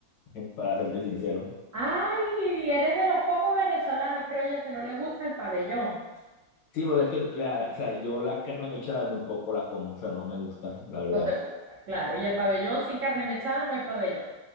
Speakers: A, on the left; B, on the right.
A: <laughs> para serte sincero.
B: Ay, eres de los pocos venezolanos, creo yo, que no le gusta el pabellón.
A: Sí, porque es que la, o sea, yo la carne mechada muy poco la como, o sea, no me gusta, la verdad.
B: No te gusta, claro. Y el pabellón sin carne mechada no es pabellón.